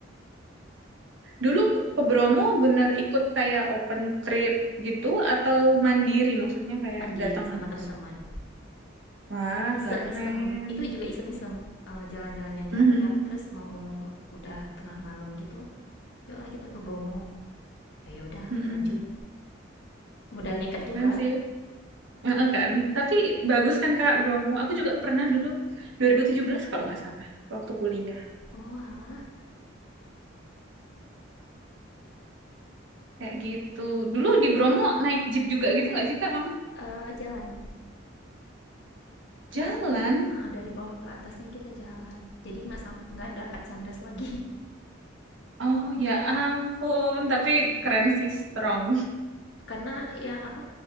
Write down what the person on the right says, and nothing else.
Dulu ke Bromo bener ikut kayak open trip gitu atau mandiri maksudnya kayak
datang.
ke sana. Wah,
keren.
Mhm.
Mhm.
Keren sih. Heeh kan. Tapi bagus kan Kak Bromo. Aku juga pernah dulu 2017 kalau nggak salah waktu kuliah.
Kayak gitu. Dulu di Bromo naik jeep juga gitu nggak sih Kak kamu?
Jalan.
Oh ya ampun, tapi keren sih strong.